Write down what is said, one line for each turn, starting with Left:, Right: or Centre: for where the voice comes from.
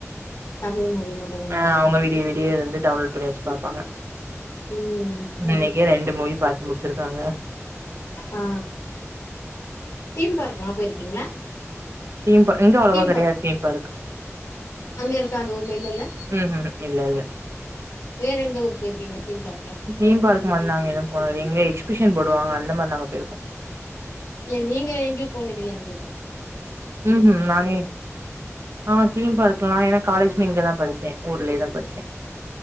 Left: தமிழ் மூவி மட்டுந்தா பாப்பீங்க
Right: ஆ அவங்க விடிய விடியலுந்து டவுன்லோட் பண்ணி வச் பாப்பாங்க
Left: ம் ம்
Right: இன்னைக்கே ரெண்டு மூவி பாத்து முடிச்சிர்க்காங்க
Left: ஆ தீம் பார்க்லா போயிருக்கீங்ளா
Right: இம்ப இங்க அவ்ளோவா
Left: தீம்
Right: கெடையாது
Left: பார்க்
Right: தீம் பார்க்கு
Left: அங்க இருக்கா அந்த ஊர்ல இல்லல
Right: ம்ஹூம் இல்ல இல்ல
Left: வேற எந்த ஊருக்கு போயிருக்கீங்க தீம் பார்க்குல
Right: தீம் பார்க் மாரி நாங்க எது போனதில்ல இங்க எக்ஸ்பிஷன் போடுவாங்க அந்த மாரி நாங்க போயிருக்கோ
Left: இல்ல நீங்க எங்கயு போனதில்லயானு கேக்குற
Right: ம் ம் நானே ஆ தீம் பார்க்கலா ஏனா காலேஜுமே இங்கதா படிச்சே ஊர்லயே தா படிச்சே